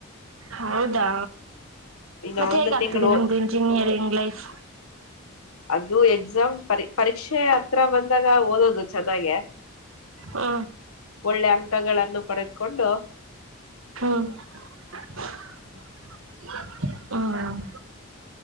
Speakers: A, on the right (about 70°); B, on the left (about 80°).
A: ಹೌದಾ
B: ಇನ್ನು
A: ಮತ್ತೆ
B: ಒಂದು
A: ಹೇಗಾಗಗ್ತಿದೆ
B: ತಿಂಗಳು
A: ನಿಮ್ದು ಇಂಜಿನಿಯರಿಂಗ್ ಲೈಫ್
B: ಅದು ಎಕ್ಸಾಮ್ ಪರಿ ಪರೀಕ್ಷೆ ಹತ್ರ ಬಂದಾಗ ಓದೋದು ಚೆನ್ನಾಗೆ
A: ಹಾ
B: ಒಳ್ಳೆ ಅಂಕಗಳನ್ನು ಪಡೆದುಕೊಂಡು
A: ಹ್ಮ ಹ್ಮ